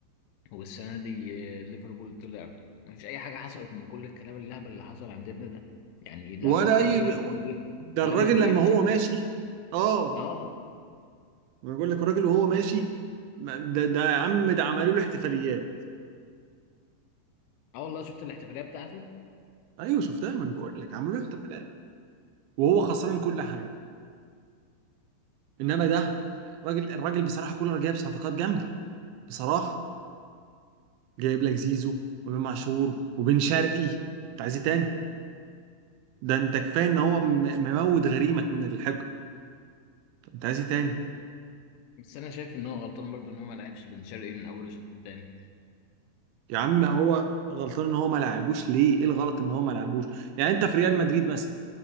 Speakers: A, on the left; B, on the right.
A: والسنه دي آه، ليفربول طلع ما فيش اي حاجه حصلت من كل الكلام اللهبل اللي حصل عندنا ده يعني لا
B: ولا
A: ده الراجل
B: اي
A: لما جه
B: ده
A: لما
B: الراجل
A: جه يمشي
B: لما هو ماشي اه
A: اه
B: ما بقول لك الراجل وهو ماشي ما- ده ده يا عم ده عملوا له احتفاليات
A: اه والله شفت الاحتفاليه بتاعته
B: ايوه شفتها ما انا بقول لك عملوا له احتفاليات وهو خسران كل حاجه انما ده الراجل الراجل بصراحه كولر جايب صفقات جامده بصراحه جايب لك زيزو وامام عاشور وبن شرقي انت عايز ايه تاني ده انت كفايه ان هو م- مموت غريمك من الحقد انت عايز ايه تاني
A: بس انا شايف ان هو غلطان برضو ان هو ما لعبش بن شرقي من اول الشوط التاني
B: يا عم هو غلطان ان هو ما لعبوش ليه ايه الغلط ان هو ما لعبوش يعني انت في ريال مدريد مثلا